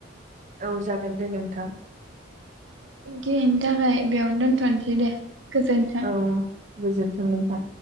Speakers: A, on the right; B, on the right.
A: औ जागोन दे नोंथां।
B: दियैनि थाखाय बेयावनो दोनथ'नोसै दे। गोजोन्थों।
A: औ गोजोनथों नोंथां।